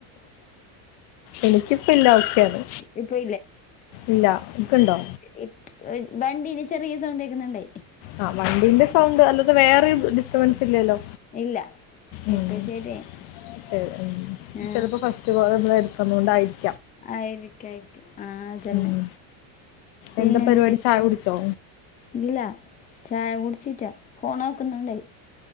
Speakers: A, on the left; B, on the left.
A: എനിക്കിപ്പൊ ഇല്ല ഓക്കെയാണ്,
B: ഇപ്പൊ
A: ഇല്ല, ഇക്ക്ണ്ടൊ?
B: ഇ വണ്ടീന് ചെറീ സൗണ്ടേക്ക്ന്ന്ണ്ടെ,
A: ആഹ് വണ്ടിന്റെ സൗണ്ട് അല്ലാതെ വേറൊര് ഡിസ്റ്റർബൻസ് ഇല്ലലൊ,
B: ഇല്ല
A: ഉം
B: ഇപ്പൊ
A: ഉം
B: ശരിയായി
A: ചേ ഉം
B: ആ
A: ചെൽപ്പൊ ഫസ് എടുക്കുന്നോണ്ടായിരിക്കും,
B: ആയിരിക്ക ആയിരിക്ക ആഹ് അതന്നെ,
A: ഉം
B: പിന്നെന്ത്
A: എന്താ പര്പാടി ചായ കുടിച്ചോ?
B: ഇല്ല ചായ കുട്ച്ചീറ്റാ ഫോണോക്ക്ന്നുണ്ടെയ്,